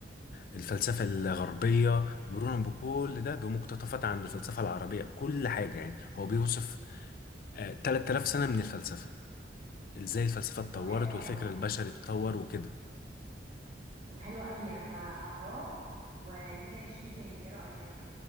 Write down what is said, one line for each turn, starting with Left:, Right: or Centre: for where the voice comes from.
Left: بالفلسفة الغربية مرورا بكل ده بمقتطفات عن الفلسفة العربية كل حاجة يعني هو بيوصف آه، 3000 سنة من الفلسفة ازاي الفلسفة اتطورت
Right: طب حلو
Left: والفكر
Right: قوي.
Left: البشري اتطور وكده
Right: طب حلو قوي انا اقراه ونتناقش فيه تاني ايه رأيك